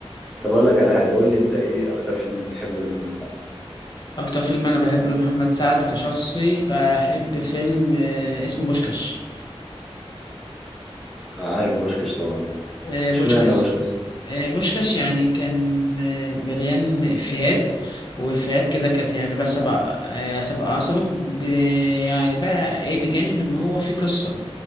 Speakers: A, in the centre; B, on the left (about 45°).
A: طب اقول لك على حاجه قول لي انت ايه اكتر فيلم بتحبه لمحمد سعد
B: اكتر فيلم انا بحبه لمحمد سعد كشخصي بحب فيلم آه، اسمه بوشكاش
A: عارف بوشكش طبعا
B: آه، بوشكاش
A: اشمعنى بوشكش
B: آه، بوشكاش يعني كان آه، مليان افيهات وافيهات كده كانت يعني بقى سبع آه، سبع عصبه ب- يعني بقى ايه بجانب ان هو في قصة